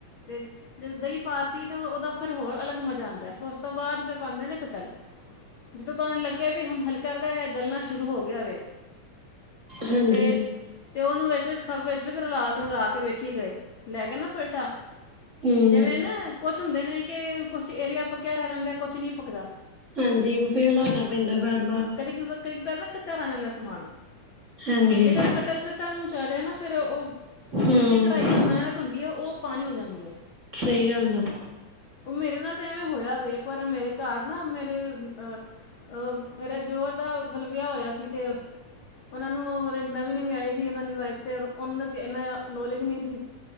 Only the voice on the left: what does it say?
ਤੇ ਜਦੋਂ ਦਹੀਂ ਪਾਤੀ ਤਾਂ ਉਹਦਾ ਫਿਰ ਹੋਰ ਅਲੱਗ ਮਜ਼ਾ ਆਉਂਦਾ, ਫਿਰ ਉਸ ਤੋਂ ਬਾਅਦ ਫਿਰ ਪਾਉਂਦੇ ਨੇ ਕਟਲ, ਜਦੋਂ ਤੁਹਾਨੂੰ ਲੱਗਿਆ ਵੀ ਹੁਣ ਹਲਕਾ ਹਲਕਾ ਅ ਗੱਲਣਾ ਸ਼ੁਰੂ ਹੋ ਗਿਆ ਵੇ
ਤੇ ਤੇ ਉਹਨੂੰ ਵਿੱਚ ਵਿੱਚ ਖੱਪ ਵਿੱਚ ਵਿੱਚ ਰਲਾਲ ਰਲਾ ਕੇ ਵੇਖੀ ਗਏ, ਲੈ ਕੇ ਨਾ ਪਲਟਾ?
ਜਿਵੇਂ ਨਾ ਕੁਛ ਹੁੰਦੇ ਨੇ, ਕਿ ਕੁਛ ਏਰੀਆ ਪੱਕਿਆ ਰਹਿ ਜਾਂਦਾ ਕੁਛ ਨਹੀਂ ਪਕਦਾ
ਕਦੀ ਕਦੀ ਨਾ ਕੱਚਾ ਰਹਿ ਜਾਂਦਾ ਸਮਾਨ
ਜੇਕਰ ਕਟਲ ਕੱਚਾ ਮੂੰਹ ਚ ਆ ਜਾਏ ਨਾਲ ਫਿਰ ਉਹ
ਕੀਤੀ ਕਰਾਈ ਜੋ ਮਿਹਨਤ ਹੁੰਦੀ ਹੈ, ਉਹ ਪਾਣੀ ਹੋ ਜਾਂਦੀ ਏ।
ਉਹ ਮੇਰੇ ਨਾਲ ਤੇ ਐਵੇਂ ਹੋਇਆ ਵੇ, ਪਰ ਮੇਰੇ ਘਰ ਨਾ ਮੇਰੇ ਅ ਉਹ ਮੇਰੇ ਦਿਓਰ ਦਾ ਮਤਲਬ ਵਿਆਹ ਹੋਇਆ ਸੀ ਤੇ ਉਹਨਾਂ ਨੂੰ ਨਵੀਂ ਨਵੀਂ ਆਈ ਸੀ ਉਹਨਾਂ ਦੀ ਵਾਈਫ ਤੇ ਉਹਨਾਂ ਦਾ ਇਨਾ ਨੌਲੇਜ ਨਹੀਂ ਸੀ।